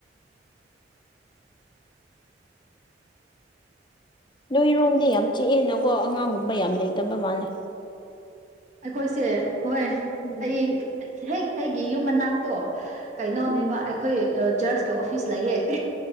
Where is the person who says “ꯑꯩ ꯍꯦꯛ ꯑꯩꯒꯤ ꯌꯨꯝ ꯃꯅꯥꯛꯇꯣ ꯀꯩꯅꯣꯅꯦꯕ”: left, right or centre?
Right